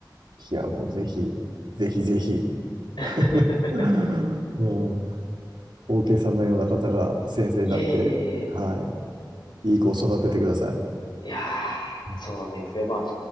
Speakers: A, on the right; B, on the left.
A: いや、もうぜひ、ぜひぜひ、
B: <laughs>
A: <laughs> もう、OK さんのような方が先生になって、
B: あいえいえい
A: はい、いい子を育ててください。
B: え、いや
A: うん
B: ー、そうだといいんですけど、まあ、